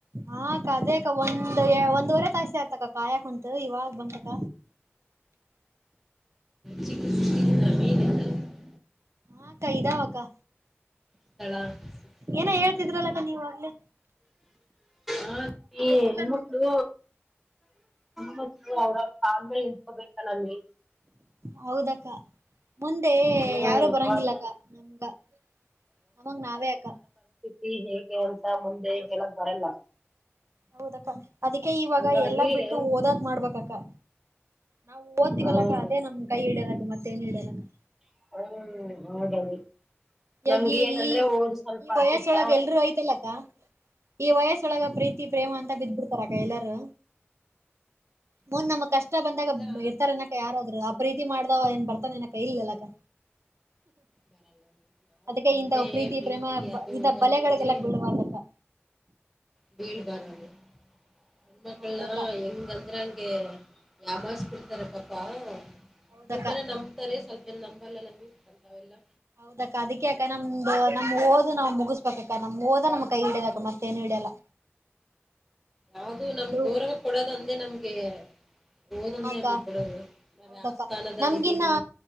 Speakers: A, on the right; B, in the centre.
A: ಹಾಕ್ಕಾ ಅದೇ ಅಕ್ಕಾ ಒಂದ್ ಒಂದುವರೆ ತಾಸ ಆಯ್ತಕ್ಕ ಕಾಯ ಕುಂತು ಇವಾಗ ಬಂತಕ್ಕ
B: ಚಿಕ <unintelligible>
A: ‌ಹಾ ಅಕ್ಕಾ ಇದಾವಕ್ಕಾ
B: ಸ್ಥಳ ಸಿಕ್ಕಿದೀನಾ
A: ಏನ ಹೇಳ್ತಿದ್ರಲ್ಲಕ್ಕಾ ಆಗಲೇ
B: ಹಾ ಈ
A: ಗೊತ್ತಿಲ್ಲ
B: ಹೆಣ್ಣ ಮಕ್ಕಳು
A: ನನ್ಗ
B: ಮೊದ್ಲು ಅವ್ರವ ಕಾಲ್ಮೆಲ್ ನಿಂತ್ಕೋಬೇಕಾ ಅಮಿ
A: ಹೌದಕ್ಕಾ ಮುಂದೆ
B: ಹ್ಮ್
A: ಯಾರೂ ಬರಂಗಿಲ್ಲಾಅಕ್ಕಾ
B: ಅವಾಗ
A: ನಮಗ್ ನಾವೇ ಅಕ್ಕಾ
B: ತಿ ಹೇಗೆ ಅಂತ ಮುಂದೆ ಹೇಳಕ್ ಬರಲ್ಲಾ
A: ಹೌದಕ್ಕಾ ಅದಕ್ಕೆ ಇವಾಗ
B: ಹಂಗಾಗಿ
A: ಎಲ್ಲಾ ಬಿಟ್ಟು
B: ಹ್ಮ್
A: ಓದದ್ ಮಾಡಬೇಕ್ ಅಕ್ಕಾ ನಾವು ಓದತಿವಲ್ಲಕ್ಕಾ
B: ಹ್ಮ್
A: ಅದೇ ನಮ್ ಕೈ ಹಿಡ್ಯೆಯೋದ ಮತ್ತ ಏನ್ ಹಿಡ್ಯಾದಕ್ಕಾ
B: <unintelligible>
A: ಈಗ
B: ನಮ್ಗ
A: ಈ
B: ಏನಂದ್ರೆ
A: ಈ
B: ಓದು ಸ್ವಲ್ಪ
A: ಈ ವಯಸ್ಸ
B: ಆತಿತ್ತ
A: ಒಳಗೆ ಎಲ್ರೂ ಐ್ತಲ್ಲ ಅಕ್ಕಾ ಈ ವಯಸ್ಸೊಳಗ ಪ್ರೀತಿ ಪ್ರೇಮ ಅಂತ ಬಿದ್ದ್ಬಿಡ್ತಾರಕ್ಕ ಎಲ್ಲಾರೂ ಮುಂದ
B: ಹೌದಮ್ಮ
A: ನಮಗ್ ಕಷ್ಟಾ ಬಂದಾಗ
B: ಅವೆಲ್ಲಾ
A: ಇರ್ತಾರ ಅನಕ್ಕ ಯಾರಾದ್ರು ಪ್ರೀತಿ ಮಾಡ್ದಾವ ಏನ್ ಬರ್ತಾನ ಏನ ಅಕ್ಕಾ ಇಲಲ್ಲಕ್ಕಾ
B: ಬರಲ್ಲ ನಾವು
A: ಅದಕ್ಕೆ
B: ಸುಮ್ನೆ
A: ಇಂಥ ಪ್ರೀತಿ ಪ್ರೇಮ
B: ಅದು
A: ಇದ
B: ಇದು
A: ಬಲೆಗಳಿಗೆಲ್ಲಾ
B: ಅಂತೇಳಿ
A: ಬೀಳಬಾರ್ದಕ್ಕಾ
B: ಬೀಳ್ ಬಾರಲ್ಲ ಹೆಣ್ಮಕ್ಕಳನಾಲ
A: ಹೌದಕ್ಕ
B: ಹೆಂಗ ಅಂದ್ರೆಂಗೆ ಯಾಮಾರಿಸ ಬಿಡ್ತಾರ ಪಾಪಾ
A: ಹೌದಕ್ಕ
B: ಸ್ವಲ್ಪ ಜನಾ ನಂಬುತ್ತಾರೆ ಸ್ವಲ್ಪು ಏನು ನಂಬಲ್ಲಲ್ಲಾ <unintelligible> ಅಂಥೆವೆಲ್ಲಾ
A: ಹೌದಾ ಅದಕೆ ಅಕ್ಕಾನಮ್ದ ನಮ್ ಓದು ನಾವು ಮುಗಸಕೊಬೇಕ ಅಕ್ಕಾ ನಮ್ ಓದ ನಮ್ಮ ಕೈ ಹಿಡದಾಕ್ಕಾ ಮತ್ತ ಎನು ಹಿಡ್ಯಲ್ಲಾ
B: ಯಾವ್ದು ನಮ್
A: ಅದು
B: ಗೌರವ ಕೊಡೋದ ಒಂದೆ ನಮ್ಗೆ ಓದೊಂದೇ
A: ಹಾಕ್ಕ
B: ನಮ್ ಗೆ ಕೊಡೋದು ನಾವು
A: ಹೌದಕ್ಕ
B: ಯಾವ ಸ್ಥಾನದಲ್ಲಿ
A: ನಮ್ಗಿನ್ನ
B: ಇದ್ದೀವಿ